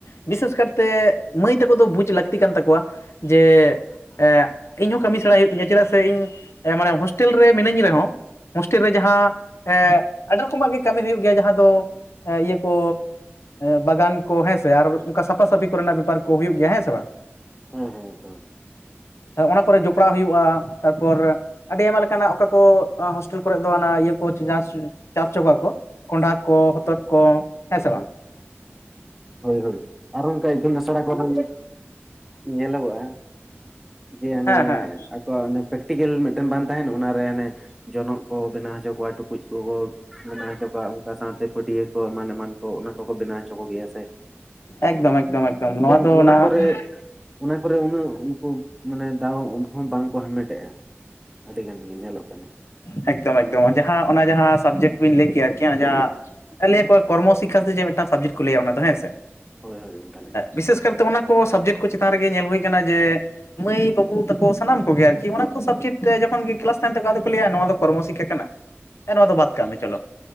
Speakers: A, on the left; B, in the centre.
A: ᱵᱤᱥᱮᱥ ᱠᱟᱨᱛᱮ ᱢᱟᱹᱭ ᱛᱟᱠᱚ ᱫᱚ ᱵᱩᱡᱽ ᱞᱟᱹᱠᱛᱤ ᱠᱟᱱ ᱛᱟᱠᱚᱣᱟ ᱡᱮ ᱮᱜ ᱤᱧ ᱦᱚᱸ ᱠᱟᱹᱢᱤ ᱥᱮᱬᱟᱭ ᱦᱩᱭᱩᱜ ᱛᱤᱧᱟᱹ ᱪᱮᱫᱟᱜ ᱥᱮ ᱤᱧ ᱢᱟᱱᱮ ᱦᱳᱥᱴᱮᱞ ᱨᱮ ᱢᱤᱱᱟᱹᱧ ᱨᱮᱦᱚᱸ ᱦᱳᱥᱴᱮᱞ ᱨᱮ ᱡᱟᱦᱟᱸ ᱮᱜ ᱟᱹᱰᱤ ᱨᱚᱠᱚᱢᱟᱜ ᱜᱮ ᱠᱟᱹᱢᱤ ᱦᱩᱭᱩᱜ ᱜᱮᱭᱟ ᱡᱟᱦᱟᱸ ᱫᱚ ᱤᱭᱟᱹ ᱠᱚ ᱵᱟᱜᱟᱱ ᱠᱚ ᱦᱮᱸ ᱥᱮ ᱟᱨ ᱚᱱᱠᱟ ᱥᱟᱯᱷᱟ ᱥᱟᱹᱯᱷᱤ ᱠᱚᱨᱮ ᱱᱟᱜ ᱵᱮᱯᱟᱨ ᱠᱚ ᱦᱩᱭᱩᱜ ᱜᱮᱭᱟ ᱦᱮᱸ ᱥᱮ ᱵᱟᱝ?
B: ᱦᱮᱸ ᱦᱮᱸ ᱮᱠᱫᱚᱢ
A: ᱚᱱᱟ ᱠᱚᱨᱮ ᱡᱚᱯᱲᱟᱣ ᱦᱩᱭᱩᱜᱼᱟ ᱛᱟᱨᱯᱚᱨ ᱟᱹᱰᱤ ᱟᱭᱢᱟ ᱞᱮᱠᱟᱱᱟᱜ ᱚᱠᱟ ᱠᱚ ᱦᱳᱥᱴᱮᱞ ᱠᱚᱨᱮ ᱫᱚ ᱚᱱᱟ ᱤᱭᱟᱹ ᱠᱚ ᱪᱟᱥ ᱪᱟᱥ ᱦᱚᱪᱚ ᱠᱚᱣᱟ ᱠᱚ ᱠᱚᱸᱰᱷᱟ ᱠᱚ ᱦᱚᱛᱚᱫ ᱠᱚ ᱦᱮᱸ ᱥᱮ ᱵᱟᱝ?
B: ᱦᱳᱭ ᱦᱳᱭ ᱟᱨᱚ ᱚᱱᱠᱟ ᱤᱛᱩᱱ ᱟᱥᱲᱟ ᱠᱚᱨᱮ ᱧᱮᱞᱚᱜᱚᱜᱼᱟ ᱡᱮ ᱦᱟᱱᱮ
A: ᱦᱮᱸ ᱦᱮᱸ
B: ᱟᱠᱚᱣᱟᱜ ᱯᱨᱮᱠᱴᱤᱠᱮᱞ ᱢᱤᱫᱴᱮᱱ ᱵᱟᱝ ᱛᱟᱦᱮᱱ ᱚᱱᱟᱨᱮ ᱚᱱᱮ ᱡᱚᱱᱚᱜ ᱠᱚ ᱵᱮᱱᱟᱣ ᱦᱚᱪᱚ ᱠᱚᱣᱟ ᱴᱩᱠ ᱠᱩᱡ ᱠᱚᱠᱚ ᱵᱮᱱᱟᱣ ᱦᱚᱪᱚ ᱠᱚᱣᱟ ᱚᱱᱠᱟ ᱥᱟᱶᱛᱮ ᱯᱟᱹᱴᱭᱟᱹ ᱠᱚ ᱮᱢᱟᱱ ᱮᱢᱟᱱ ᱠᱚ ᱚᱱᱟ ᱠᱚ ᱠᱚ ᱵᱮᱱᱟᱣ ᱦᱚᱪᱚ ᱠᱚᱜᱮᱭᱟ ᱥᱮ
A: ᱮᱠᱫᱚᱢ ᱮᱠᱫᱚᱢ ᱮᱠᱫᱚᱢ
B: ᱢᱮᱱᱠᱷᱟᱱ
A: ᱱᱚᱣᱟ ᱫᱚ
B: ᱚᱱᱟ
A: ᱱᱟᱦᱟᱜ
B: ᱠᱚᱨᱮ ᱚᱱᱟ ᱠᱚᱨᱮ ᱩᱱᱟᱹᱜ ᱩᱱᱠᱩ ᱢᱟᱱᱮ ᱫᱟᱣ ᱦᱚᱸ ᱵᱟᱝ ᱠᱚ ᱦᱟᱢᱮᱴᱮᱜᱼᱟ ᱟᱹᱰᱤ ᱜᱟᱱ ᱜᱮ ᱧᱮᱞᱚᱜ ᱠᱟᱱᱟ
A: ᱮᱠᱫᱚᱢ ᱮᱠᱫᱚᱢ ᱡᱟᱦᱟᱸ ᱚᱱᱟ ᱡᱟᱦᱟᱸ ᱥᱟᱵᱡᱮᱴ ᱵᱤᱱ ᱞᱟᱹᱭ ᱠᱮᱭᱟ ᱠᱤ ᱦᱟᱜ ᱡᱟᱦᱟ ᱞᱟᱹᱭ ᱟᱠᱚ ᱠᱚᱨᱢᱚ ᱥᱤᱠᱠᱷᱟ ᱥᱮ ᱡᱮ ᱢᱤᱫᱴᱟᱝ ᱥᱟᱵᱡᱮᱴ ᱠᱚ ᱞᱟᱹᱭᱟ ᱚᱱᱟ ᱫᱚ ᱦᱮᱸᱥᱮ
B: ᱦᱳᱭ ᱦᱳᱭ ᱚᱱᱠᱟᱱᱟᱜ ᱜᱮ
A: ᱵᱤᱥᱮᱥ ᱠᱟᱨᱛᱮ ᱚᱱᱟ ᱠᱚ ᱥᱟᱵᱡᱮᱴ ᱠᱚ ᱪᱮᱛᱟᱱ ᱨᱮᱜᱮ ᱧᱮᱞ ᱦᱩᱭ ᱠᱟᱱᱟ ᱡᱮ ᱢᱟᱹᱭ ᱵᱟᱹᱵᱩ ᱛᱟᱠᱚ ᱥᱟᱱᱟᱢ ᱠᱚᱜᱮ ᱟᱨᱠᱤ ᱚᱱᱟ ᱠᱚ ᱥᱟᱵᱡᱮᱴ ᱨᱤᱭᱟᱜ ᱡᱚᱠᱷᱚᱱ ᱜᱮ ᱠᱞᱟᱥ ᱛᱟᱦᱮᱱ ᱛᱟᱠᱚᱣᱟ ᱟᱫᱚᱠᱚ ᱞᱟᱹᱭᱟ ᱱᱚᱣᱟ ᱫᱚ ᱠᱚᱨᱢᱚ ᱥᱤᱠᱷᱟ ᱠᱟᱱᱟ ᱱᱚᱣᱟ ᱫᱚ ᱵᱟᱫ ᱠᱟᱜ ᱢᱮ ᱪᱚᱞᱚ